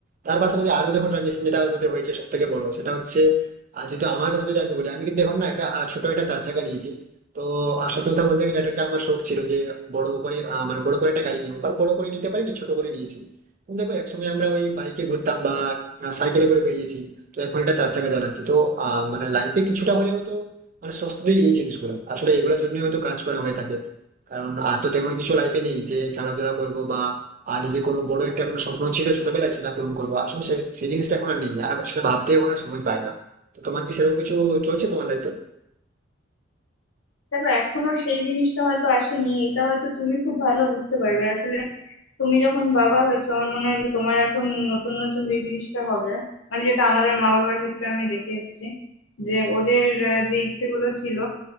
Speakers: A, on the right (about 40°); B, on the left (about 90°).
A: তার পাশাপাশি আরো দেখো ট্রানজেকশন যেটা আমাদের হয়েছে সব থেকে বড় সেটা হচ্ছে আর যেহেতু আমার কথা যদি আমি বলি আমি কিন্তু এখন না একটা আহ, ছোট একটা চার চাকা নিয়েছি তো আহ, সত্যি কথা বলতে গেলে এটা একটা আমার শখ ছিল যে বড় করে আহ, মানে বড় করে একটা গাড়ি নিয়ে বাট বড় করে নিতে পারিনি ছোট করে নিয়েছি তো দেখো একসময় আমরা ওই বাইকে ঘুরতাম বা সাইকেলে করে বেরিয়েছি তো এখন এটা চার চাকা চালাচ্ছি তো আহ, মানে লাইফে কিছুটা হলেও হয়তো মানে স্বস্তি দেয় এই জিনিসগুলো আসলে এগুলোর জন্য হয়তো কাজ করা হয়ে থাকে কারণ আর তো তেমন কিছু লাইফে নেই যে খেলাধুলা করবো বা আর নিজে কোনো বড় একটা কোনো স্বপ্ন ছিল ছোটবেলায় সেটা পূরণ করবো আসলে সে- সেই জিনিসটা এখন আর নেই আর আমি সেটা ভাবতেও না সময় পাই না তো তোমার কি সেরকম কিছু চলছে তোমার লাইফে
B: দেখো এখনো সেই জিনিসটা হয়তো আসেনি এটা হয়তো তুমি খুব ভালো বুঝতে পারবে আসলে তুমি যখন বাবা হয়েছো আমার মনে হয় যে তোমার এখন নতুন নতুন যে জিনিসটা হবে মানে যেটা আমাদের মা বাবার ক্ষেত্রে আমি দেখে এসেছি যে ওদের আহ, যে ইচ্ছেগুলো ছিল